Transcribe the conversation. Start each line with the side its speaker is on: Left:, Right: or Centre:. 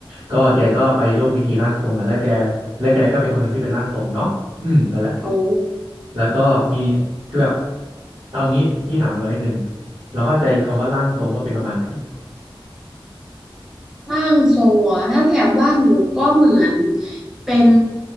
Right: ก็แกก็ไปร่วมพิธีร่างทรงแล้วและแกและแกก็เป็นคนหนึ่งที่เป็นร่างทรงเนาะอืมนั่นแหละ
Centre: โอ้
Right: แล้วก็มีคือแบบเอางี้พี่ถามร้อยหนึ่งเราเข้าใจคำว่าร่างทรงว่าเป็นประมาณไหน
Centre: ร่างทรงเะถ้าแถวบ้านหนูก็เหมือนเป็น